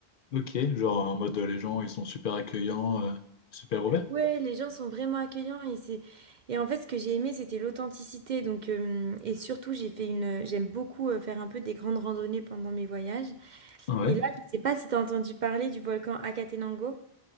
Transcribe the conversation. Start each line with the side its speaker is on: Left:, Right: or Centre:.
Left: Ok. Genre, en mode, euh, les gens, ils sont super accueillants, euh, super ouverts?
Right: Ouais, les gens sont vraiment accueillants et c'est, et en fait ce que j'ai aimé c'était l'authenticité, donc euh, et surtout j'ai fait une, j'aime beaucoup euh, faire un peu des grandes randonnées pendant mes voyages.
Left: Ouais.
Right: Et là, je sais pas si t'as entendu parler du volcan Akatenango.